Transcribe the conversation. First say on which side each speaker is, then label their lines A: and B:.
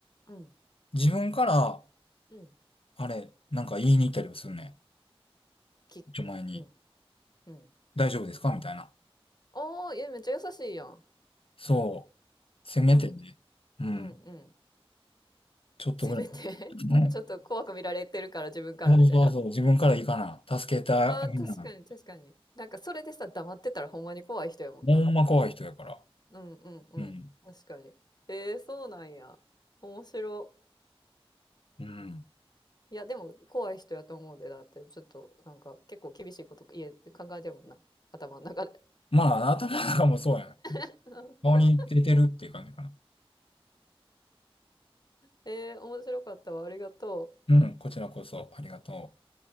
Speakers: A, on the left; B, on the left.
A: うん、
B: 自分から、
A: うん。
B: あれ、なんか言いに行ったりもするね。
A: き、
B: ちょ前に、
A: うん、うん。
B: 大丈夫ですかみたいな。
A: おー、いや、めっちゃ優しいやん。
B: そう。せめてね。
A: うん、
B: うん。
A: うん、うん。
B: ちょっとぐらいは。
A: せめて
B: うん。
A: <laughs> ちょっと怖く見られてるから自分からみたいな。
B: そうそうそう。自分から行かな。助けたいな。
A: あー、確かに、確かに。なんかそれでさ、黙ってたらほんまに怖い人やもんな。
B: ほんま怖い人やから。
A: うん、うん、うん。
B: うん。
A: 確かに。えー、そうなんや。面白。
B: うん。
A: いや、でも怖い人やと思うで、だって、ちょっと、なんか、結構厳しいこと家考えてるもんな、頭の中で。
B: まあ、頭なんかもそうやね。
A: <laughs>
B: 顔に出てるっていう感じかな。
A: えー、面白かったわ、ありがとう。
B: うん。こちらこそ、ありがとう。